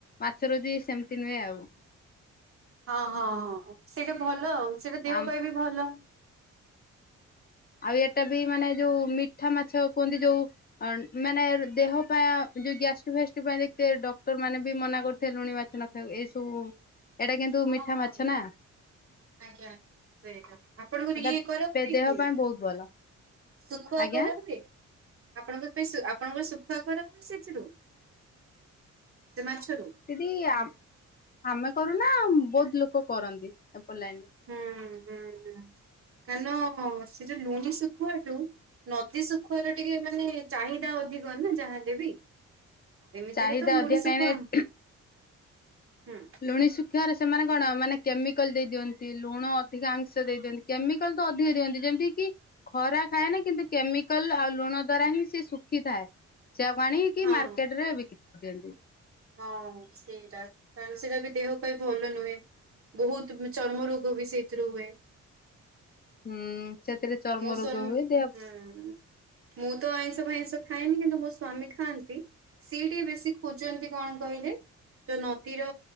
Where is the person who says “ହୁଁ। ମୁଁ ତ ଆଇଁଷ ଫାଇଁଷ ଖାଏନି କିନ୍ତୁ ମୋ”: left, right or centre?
Right